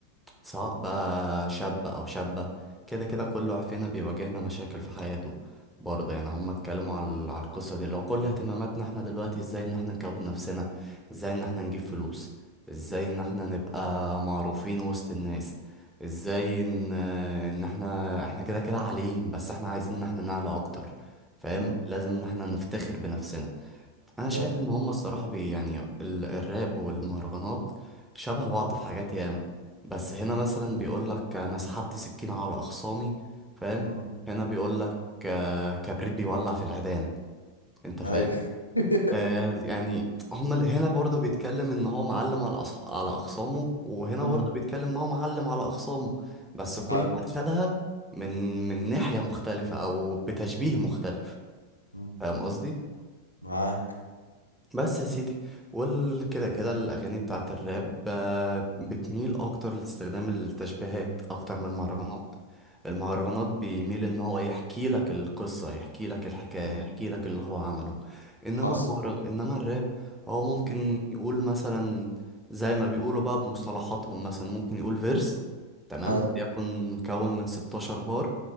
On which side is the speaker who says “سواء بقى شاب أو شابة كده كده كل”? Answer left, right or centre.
Centre